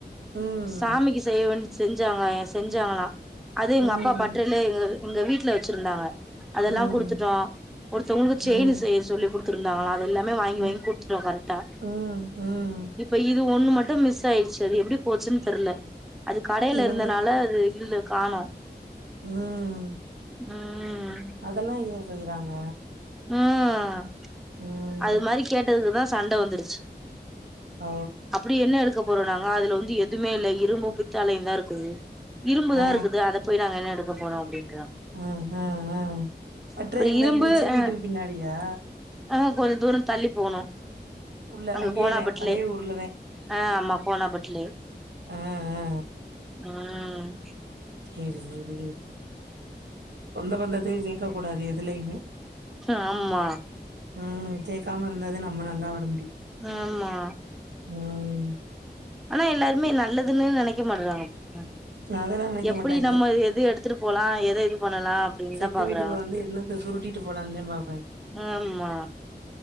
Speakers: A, on the right; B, in the centre.
A: ம்
B: சாமிக்கு செய்ய வேண் செஞ்சாங்க என் செஞ்சாங்களா அது
A: ம்,
B: எங்க அப்பா பட்றையிலே எங்க எங்க வீட்ல வச்சிருந்தாங்க அதெல்லா
A: ம்,
B: குடுத்துட்டோ ஒருத்தவங்களுக்கு
A: ம்,
B: செயின் செய்ய சொல்லி குடுத்துருந்தாங்களா எல்லாமே வாங்கி
A: ம்,
B: வாங்கி குடுத்துட்டோ கரெக்டா
A: ம் ம்
B: இப்ப இது ஒன்னு மட்டும் மிஸ் ஆயிர்ச்சு அது எப்டி போச்சுன் தெர்ல அது கடைல
A: இவங்க
B: இருந்தனால அது இல்ல காணோ
A: ம் ம்
B: ம்
A: அதெல்லா ஏ செய்றாங்க
B: ம்
A: ம்.
B: அது மாரி கேட்டதுக்குதா சண்ட வந்துருச்சு
A: ஆ
B: அப்டி என்ன எடுக்க போறோ நாங்க அதுல வந்து எதுமே இல்ல இரும்பு பித்தலையு தா இருக்குது இரும்புதா
A: ஆ,
B: இருக்குது அத போய் நாங்க என்ன எடுக்கப் போறோ அப்டின்றாங்க
A: ஆ ஆ ஆ பட்ர
B: அப்றோ
A: எங்கன
B: இரும்பு
A: இருந்துச்சு
B: அ
A: வீட்டுக்கு பின்னாடியா
B: ஆ கொஞ்ச தூரோ தள்ளி போணு
A: உள்ள
B: அங்க
A: அங்கேயேதான்.
B: கோனாபட்லே
A: அதே ஊர்ல தான்.
B: ஆ ஆமா கோனாபட்லே
A: ஆ, ஆ,
B: ம்
A: சேரி சேரி சேர் சொந்த பந்தத்தையு சேக்க கூடாது எதுலையிமே
B: ஆமா
A: ம் சேக்காம இருந்தா தா நம்ம நல்லா வரமுடியு
B: ஆமா
A: ம்
B: ஆனா எல்லாருமே நல்லதுன்னே நெனைக்க மாட்றாங்கபா
A: அதெல்லாம் நினைக்க
B: எப்டி
A: மாட்டாய்ங்க.
B: நம்ம எது எடுத் துட்டு போலா எத பண்ணலா அப்டின்னு
A: செத்த
B: தா பாக்குறாங்க
A: வீட்டுக்குள்ள வந்து என்னத்த சுருட்டிட்டு போலான்ந்தே பாப்பாய்ங்க
B: ஆமா